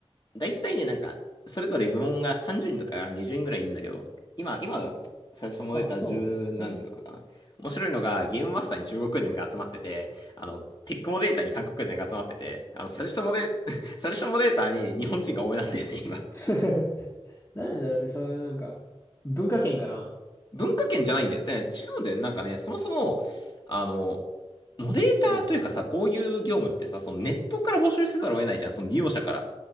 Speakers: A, on the left; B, on the left.
A: だいたいね、なんか、それぞれ部門が30人とか20人ぐらいいるんだけど、今、今、最初も出た10何人とかかな。
B: あ、そうなんだ。そそうなんだ。
A: 面白いのが、ゲームマスターに中国人が集まってて、あの、テックモデーターに韓国人が集まってて、あの、サジェストモデ、<laughs> サジェストモデーターに日本人が多めになってて、今。
B: <laughs> なんでだろうね、そういうなんか、文化圏かな。
A: 文化圏じゃないんだよ。で違うんだよ。なんかね、そもそも、あの、モデレーターというかさ、
B: うん。
A: こういう業務ってさ、そのネットから募集せざるを得ないじゃん、その利用者から。